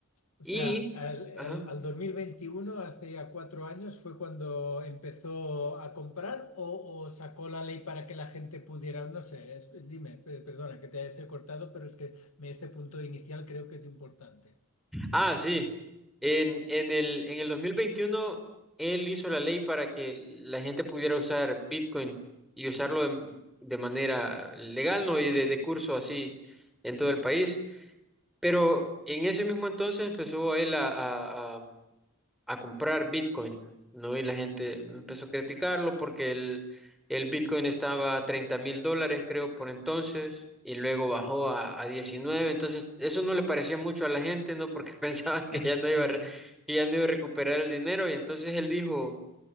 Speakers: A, on the left; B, in the centre.
A: O
B: y,
A: sea, al, al-
B: ajá.
A: al 2021, hace ya cuatro años, fue cuando empezó a comprar o, o sacó la ley para que la gente pudiera, no sé, es- dime, pe- perdona que te he cortado, pero es que me- este punto inicial creo que es importante.
B: Ah, sí, en, en el, en el 2021 él hizo la ley para que la gente pudiera usar Bitcoin y usarlo de, de manera legal, no y de, de curso así en todo el país, pero en ese mismo entonces empezó él a, a a- a comprar Bitcoin, ¿no? Y la gente empezó a criticarlo porque el, el Bitcoin estaba a 30 mil dólares, creo, por entonces, y luego bajó
A: Ujú.
B: a, a 19, entonces eso no le parecía mucho a la gente, ¿no? Porque <laughs> pensaba que
A: <laughs>
B: ya no iba a, re- que ya no iba a recuperar el dinero, y entonces él dijo,